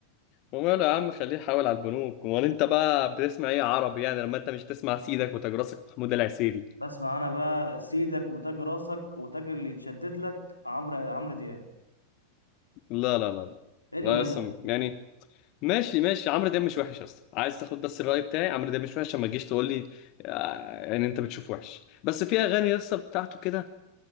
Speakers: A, on the left; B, on the left.
A: وماله يا عم خليه يحاول على البنوك امال انت بقى بتسمع ايه عربي يعني لما انت مش تسمع سيدك وتجراسك محمود العسيلي
B: بسمع انا بقى سيدك وتاج راسك وتاج اللي يتشدد لك عمرو عمرو دياب
A: لا لا لا لا
B: ايه اللي
A: لا
B: لا لا
A: اصلا
B: لا
A: يعني ماشي ماشي عمرو دياب مش وحش اصلا عايز تاخد بس الرأي بتاعي عمرو دياب مش وحش عشان ما تجيش تقول لي آه، يعني انت بتشوف وحش بس في اغاني يا اسطى بتاعته كده